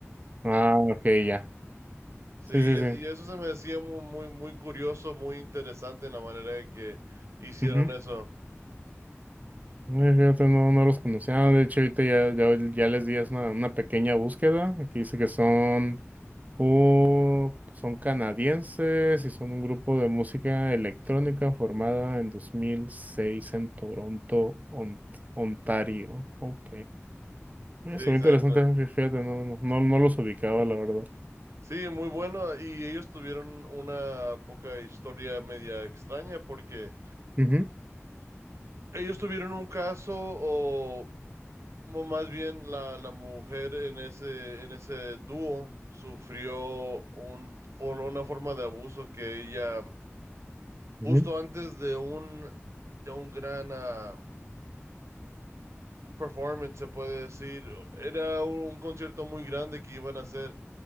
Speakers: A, on the right; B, on the right.
A: Ah, ok, ya.
B: Sí,
A: Sí, sí,
B: es-
A: sí.
B: y eso se me decía muy, muy, muy curioso, muy interesante en la manera en que hicieron
A: Ujú.
B: eso.
A: Ay, Fíjate, no, no los conocía. De hecho, ahorita ya, ya, ya les di una, una pequeña búsqueda. Aquí dice que son, uh, son canadienses y son un grupo de música electrónica formada en 2006 en Toronto, Ont- Ontario. Ok. Es
B: Sí,
A: muy
B: exacto.
A: interesante, fíjate, no, no, no, no los ubicaba, la verdad.
B: Sí, muy bueno. Y ellos tuvieron una poca historia media extraña porque
A: Ujú,
B: ellos tuvieron un caso o Mo- Más bien la, la mujer en ese, en ese dúo sufrió un, for- una forma de abuso que ella,
A: ujú,
B: justo antes de un, de un gran ah, un performance, se puede decir, era un, concierto muy grande que iban a hacer.